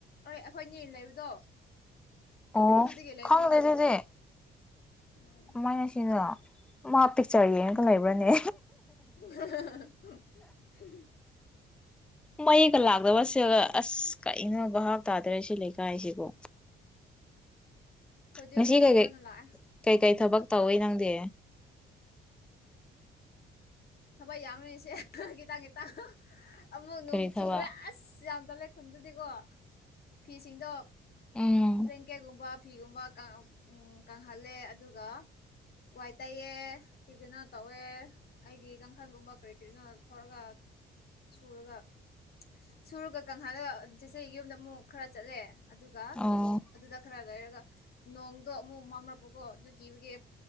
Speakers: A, on the left (about 50°); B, in the centre.
A: ꯑꯩꯈꯣꯏꯅꯦ ꯂꯩꯕꯗꯣ
B: ꯑꯣ
A: ꯑꯗꯨꯗꯒꯤ ꯂꯩꯕꯅꯦꯕ
B: ꯈꯪꯗꯦ
A: ꯑꯗꯨꯗꯣ
B: ꯗꯨꯗꯤ
A: ꯎꯝ
B: ꯀꯃꯥꯏꯅ ꯁꯤꯅ ꯃꯥ ꯄꯤꯛꯆꯔ ꯌꯦꯡꯉꯒ ꯂꯩꯕ꯭ꯔꯥꯅꯦ
A: <unintelligible>
B: ꯃꯌꯦꯛꯀ ꯂꯥꯛꯇꯕꯁꯒ ꯑꯁ ꯀꯩꯅꯣ ꯚꯥꯞ ꯇꯥꯗ꯭ꯔꯦ ꯁꯤ ꯂꯩꯀꯥꯏꯁꯤꯕꯨ
A: ꯍꯧꯖꯤꯛ
B: ꯉꯁꯤ
A: ꯍꯧꯖꯤꯛ
B: ꯀꯩꯩ
A: ꯐꯖꯅ ꯂꯥꯛꯑꯦ
B: ꯀꯩꯀꯩ ꯊꯕꯛ ꯇꯧꯋꯤ ꯅꯪ ꯁꯦ
A: ꯊꯕꯛ ꯌꯥꯝꯎꯃꯤꯔꯤꯁꯦ ꯈꯤꯇꯪ ꯈꯤꯇꯪ ꯑꯃꯨꯛ ꯅꯣꯡ
B: ꯀꯔꯤ
A: ꯆꯨꯔꯦ
B: ꯊꯕꯛ
A: ꯑꯁ ꯌꯥꯝ ꯇꯜꯂꯦ ꯈꯨꯟꯗꯨꯗꯤꯀꯣ ꯐꯤꯁꯤꯡꯗꯣ
B: ꯎꯝ
A: ꯕꯦꯡꯀꯦꯠꯀꯨꯝꯕ ꯐꯤꯒꯨꯝꯕ ꯀꯪꯍꯜꯂꯦ ꯑꯗꯨꯒ ꯋꯥꯏ ꯇꯥꯏꯌꯦ ꯀꯤ ꯀꯩꯅꯣ ꯇꯧꯋꯦ ꯑꯩꯒꯤ ꯀꯥꯡꯈꯟꯒꯨꯝꯕ ꯀꯔꯤ ꯀꯔꯤꯅꯣ ꯊꯂꯒ ꯁꯨꯔꯒ ꯁꯨꯔꯒ ꯀꯪꯍꯜꯂꯒ ꯆꯦꯆꯦ ꯌꯨꯝꯗ ꯃꯨꯛ ꯈꯔ ꯆꯠꯂꯦ ꯑꯗꯨꯒ
B: ꯑꯣ
A: ꯑꯗꯨꯗ ꯈꯔ ꯂꯩꯔꯒ ꯅꯣꯡꯗꯣ ꯑꯃꯨꯛ ꯃꯝꯔꯛꯄꯀꯣ ꯑꯗꯨ ꯀꯤꯕꯒꯤ